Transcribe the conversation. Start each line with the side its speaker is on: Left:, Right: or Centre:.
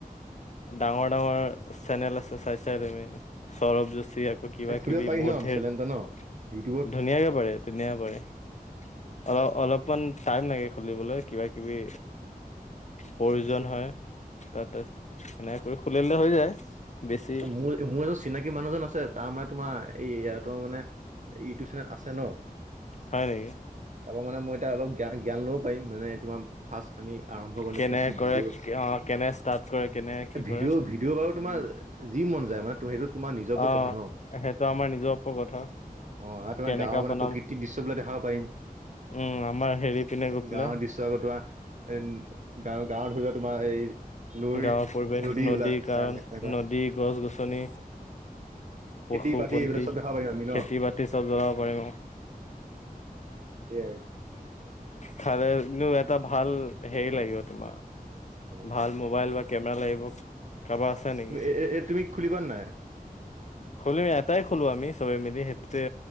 Left: ডাঙৰ ডাঙৰ চেনেল আছে চাইছাই তুমি৷ সৌৰব যু ত আকৌ কিবা
Right: এ খুুলিব
Left: কিবি
Right: পাৰি
Left: বহুত
Right: ন মিছাল
Left: ধেৰ ধুনীয়াকে
Right: এটা ন ইউটিউবত
Left: পাৰে ধুনীয়া পাৰে। অ অলপমান টাইম লাগে খুলিবলৈ কিবা কিবি প্ৰয়োজন হয় তাতে। সেনেকে কৰি খুলিলে হৈ যায়। বেছি
Right: মোৰ মোৰ এজন চিনাকি মানুহজন আছে তাৰ মানে তোমাৰ এই তোমাৰ মানে ইউটিউব চেনেল আছে ন?
Left: হয় নেকি?
Right: তোমাৰ মানে মই অলপ জ্ঞান জ্ঞান ল'ব পাৰিম মানে তোমাৰ ফাৰ্ষ্ট আমি আৰম্ভ কৰিলে
Left: কেনে
Right: কি কি ভিডিঅ'
Left: কৰে অ কেনে ষ্টাৰ্ট কৰে কেনে কি
Right: ভিডিঅ'
Left: কৰে
Right: ভিডিঅ' বাৰু তোমাৰ যি মন যায় মানে তুমি সেইটো তোমাৰ নিজৰ ওপৰত
Left: অ সেইটো
Right: কথা ন
Left: আমাৰ নিজৰ ওপত কথা।
Right: অ তোমাৰ
Left: কেনেকা
Right: গাঁৱৰ মানে
Left: বনাম
Right: প্ৰকৃতিৰ দৃশ্য বিলাক দেখাব পাৰিম৷
Left: উম আমাৰ হেৰি পিনে গৈ পেলাই
Right: গাঁৱৰ দৃশ্য কটোৱা এ গাৱৰ গাঁৱৰ ধৰি তোমাৰ এই নৈ
Left: গাঁৱৰ পৰিৱেশ
Right: নদী বিলাক
Left: কাৰণ
Right: এ নাই সনেকুৱা।
Left: নদী গছ গছনি পশুপথী
Right: খেতি বাতি এইবিলাক চব দেখাব পাৰিম আমি ন
Left: খেতি বাতি চব জ্বলাব পাৰিম।
Right: সয় আৰু।
Left: খালনো এটা ভাল হেৰি লাগিব তোমাৰ
Right: অ',
Left: ভাল মোবাইল বা কেমেৰা লাগিব। কাৰাবা আছা নেকি
Right: তুমি এ এ তুমি খুলিবা নাই?
Left: খুলি আটাই খুলো আমি চবে মিলি সেইটোতে